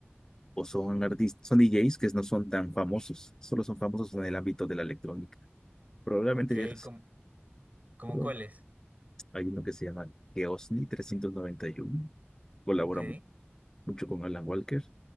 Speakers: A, on the left; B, on the right.
A: o son artistas, son DJs que no son tan famosos, solo son famosos en el ámbito de la electrónica. Probablemente
B: Ok,
A: ya
B: ¿cómo, cómo
A: los,
B: cuáles?
A: Hay uno que se llama Geosni trescientos noventa y uno Colabora
B: Ok,
A: mu- mucho con Alan Walker.